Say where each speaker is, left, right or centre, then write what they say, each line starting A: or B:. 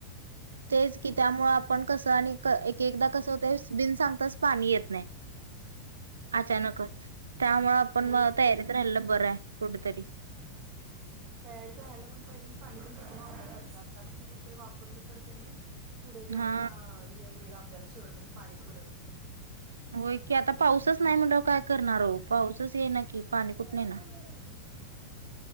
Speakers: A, on the right; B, on the right.
A: तेच की, त्यामुळ आपण कसं, आणि एक एकदा कसं होतय. बिन सांगताच पाणी येत नाही.
B: <unintelligible>
A: अचानकच. त्यामुळ आपण
B: होयच
A: म तयारीत
B: की
A: राहिलेलं बरं हाय कुठतरी.
B: तयारी त राहायला पण पाहिजे. पाणी पण जपुन वापरायला पाहिजे. आत्तापासून कुठेतरी वापरलं तर कणी पुढ जाऊन
A: हा
B: हे होईल. आपल्याला शेवटपर्यंत पाणी पुरलं.
A: होय की, आता पाऊसच नाही म्हणल्यावर काय करणार हो. पाऊसच येना की. पाणी कुठून
B: ते म्हणु
A: येणार
B: घुमे लाती <unintelligible>